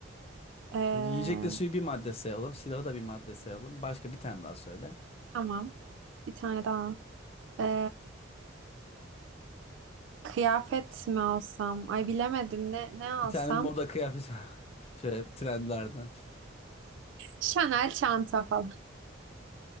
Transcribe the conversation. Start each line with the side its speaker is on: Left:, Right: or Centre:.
Right: Ee,
Left: Şimdi yiyecekle suyu bir madde sayalım. Silahı da bir madde sayalım. Başka bir tane daha söyle.
Right: tamam, bir tane daha. E, Kıyafet mi alsam? Ay bilemedim ne ne alsam?
Left: Bir tane moda kıyafet <laughs> şöyle trendlerden.
Right: Chanel çanta falan.